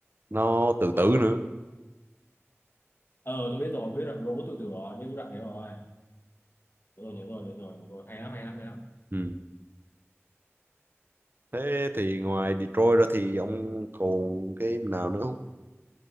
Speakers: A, on the right; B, on the left.
A: nó tự tử nữa.
B: ờ tôi biết rồi biết rồi robot tự tử rồi biết đoạn đấy rồi Được rồi nhớ rồi nhớ rồi nhớ rồi hay lắm hay lắm hay lắm
A: Ừ. Thế thì ngoài Detroit ra thì ông còn cái nào nữa không?